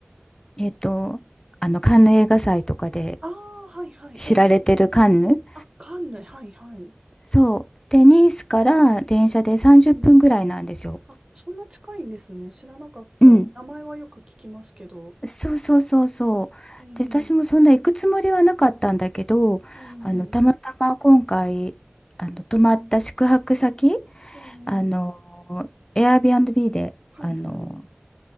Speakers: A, on the left (about 20°); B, on the right (about 20°).
A: えっと、あの、カンヌ映画祭とかで
B: ああー、はいはい。
A: 知られてるカンヌ。
B: ええあ、あ、カンヌ、はいはい。
A: そう。で、ニースから電車で30分ぐらいなんですよ。
B: ええあ、そんな近いんですね。知らなかった。
A: うん。
B: 名前はよく聞きますけど。
A: そうそうそうそう。
B: ええ
A: で、私もそんな行くつもりはなかったんだけど、
B: え
A: あの、たまたま今回、
B: え
A: あの、泊まった宿泊先
B: え
A: あの、
B: え
A: Airbnb で、
B: はいはい。
A: あの、